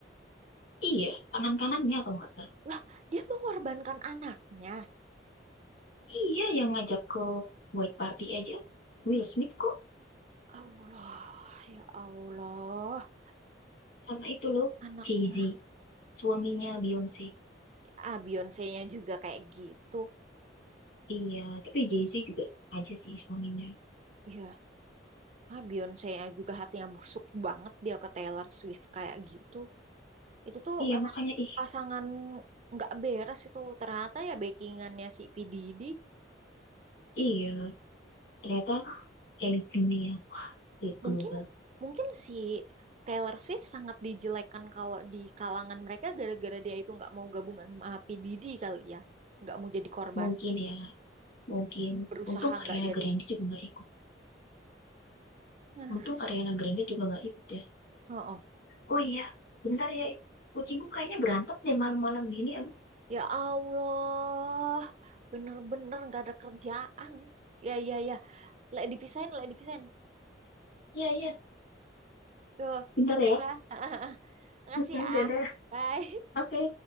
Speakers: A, on the left; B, on the right.
A: Iya, tangan kanannya kalau nggak salah.
B: Lah, dia mengorbankan anaknya.
A: Iya, yang ngajak ke White Party aja. Will Smith kok
B: Allah, ya Allah.
A: sama itu loh,
B: Anaknya.
A: Jay-Z, suaminya Beyonce.
B: Ah, Beyonce-nya juga kayak gitu.
A: Iya, tapi Jay-Z juga aja sih suaminya.
B: Ya, ah, Beyonce-nya juga hatinya busuk banget dia ke Taylor Swift kayak gitu. Itu tuh
A: Iya,
B: emang
A: makanya ih,
B: pasangan nggak beres itu. Ternyata ya backingannya si P. Diddy.
A: iya, ternyata elit dunia, wah, elit
B: Mungkin,
A: global.
B: mungkin si Taylor Swift sangat dijelekan kalau di kalangan mereka gara-gara dia itu nggak mau gabungan sama P. Diddy kali ya. Nggak mau jadi korban.
A: Mungkin ya, mungkin.
B: Berusaha
A: Untung Ariana
B: nggak jadi.
A: Grande juga nggak ikut.
B: Nah,
A: Untung Ariana Grande juga nggak ikut ya.
B: oh, oh.
A: Oh iya, bentar ya. Kucingku kayaknya berantem deh malam-malam gini. Aduh,
B: Ya Allah, bener-bener nggak ada kerjaan. Ya, ya, ya. Lek dipisahin, lek dipisahin.
A: iya, iya.
B: Tuh,
A: Bentar
B: dadah.
A: ya.
B: <laughs> Makasih
A: Mm-mm,
B: ya.
A: Dadah.
B: Bye.
A: Oke,